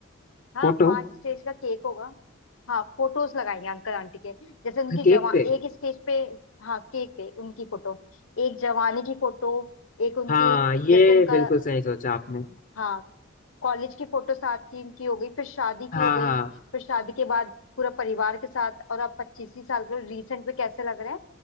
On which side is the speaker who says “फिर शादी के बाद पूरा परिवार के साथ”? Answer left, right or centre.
Left